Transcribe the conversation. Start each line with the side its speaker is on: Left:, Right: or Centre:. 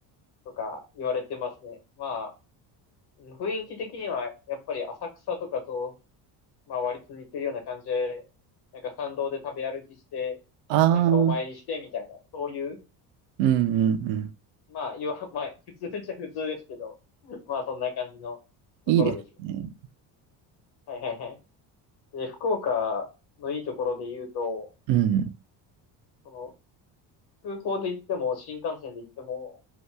Left: とか言われてますね。まあ、雰囲気的には、やっぱり浅草とかとまあ割と似てるような感じで、なんか参道で食べ歩きして、
Right: ああー、
Left: なんかお参りしてみたいな、そういう、
Right: うんうんうん。
Left: まあ、いわ、<laughs> まあ、普通っちゃ普通ですけど、<laughs> まあそんな感じのところですね。
Right: いいですね。
Left: はいはいはい。で、福岡のいいところで言うと、
Right: うん。
Left: その空港で行っても新幹線で行っても、